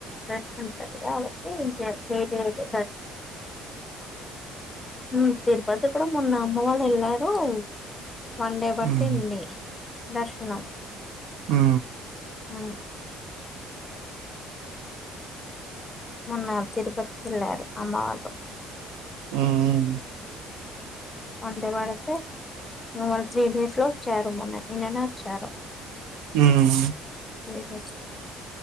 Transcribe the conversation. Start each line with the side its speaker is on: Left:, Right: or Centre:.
Left: రాష్ ఉంటది. కాబట్టి <unintelligible> రష్ హ్ తిరుపతికి కూడా మొన్న అమ్మ వాళ్ళు ఏళ్ళారు. వన్ డే పట్టింది.
Right: హ్మ్.
Left: దర్శనం
Right: హు
Left: హ్ మొన్నా తిరుపతికి ఏళ్ళారు అమ్మ వాళ్ళు
Right: ఉమ్
Left: అందే భారత్ టె ఇగ మల్లి త్రీ డేస్ లో చ్చరూ మొన్న నిన్ననే వచ్చరూ
Right: ఉమ్
Left: లేటెస్ట్